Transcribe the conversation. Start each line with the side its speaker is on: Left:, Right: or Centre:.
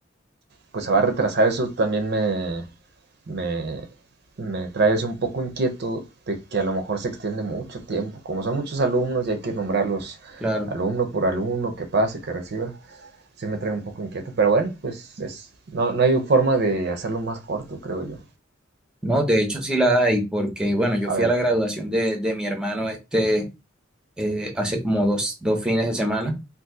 Right: pues se va a retrasar, eso también me, me, me trae ese un poco inquieto de que a lo mejor se extiende mucho tiempo. Como son muchos alumnos y hay que nombrarlos
Centre: claro.
Right: alumno por alumno, que pase, que reciba, sí me trae un poco inquieto. Pero bueno, pues es, no, no hay forma de hacerlo más corto, creo yo.
Centre: No, de hecho sí la hay, porque bueno, yo
Right: A
Centre: fui
Right: ver,
Centre: a la graduación de, de mi hermano este eh, hace como dos, dos fines de semana